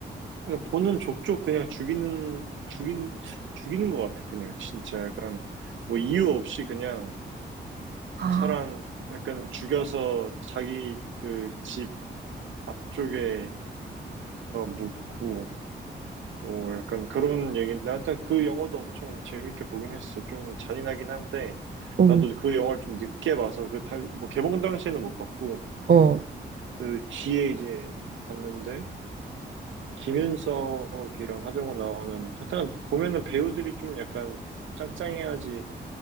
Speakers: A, on the right (about 80°); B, on the right (about 55°).
A: 그냥 보는 족족 그냥 죽이는, 죽인, 죽이는 것 같아. 그냥 진짜 약간 뭐 이유 없이 그냥
B: 아,
A: 사람 약간 죽여서 자기 그 집 앞쪽에다가 묻고, 뭐 약간 그런 얘기인데 하여튼 그 영화도 엄청 재밌게 보긴 했어. 좀 잔인하긴 한데
B: 어,
A: 나도 그 영화를 좀 늦게 봐서 그 달, 뭐 개봉 당시에는 못 봤고
B: 어.
A: 그 뒤에 이제 봤는데 김윤석이랑 하정우 나오는 하여튼 보면은 배우들이 좀 약간 짱짱해야지